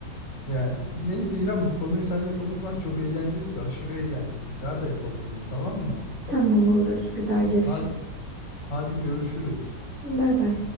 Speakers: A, on the left; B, on the right.
A: Yani neyse İrem bu konuyu seninle konuşmak çok eğlenceliydi. Aşırı eğlendim. Bir daha da yapalım bunu tamam mı?
B: tamam olur bir daha görüşürüz.
A: Hadi, hadi görüşürüz.
B: Bay bay.